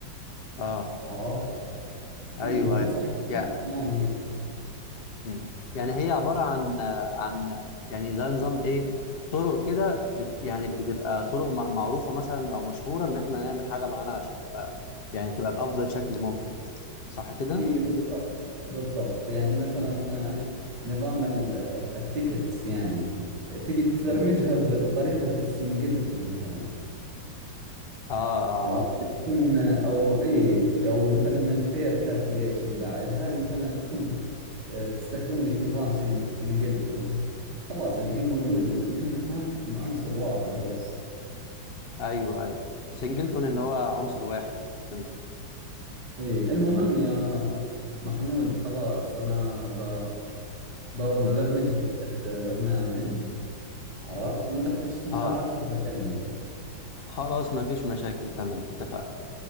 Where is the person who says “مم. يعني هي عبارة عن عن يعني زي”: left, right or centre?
Left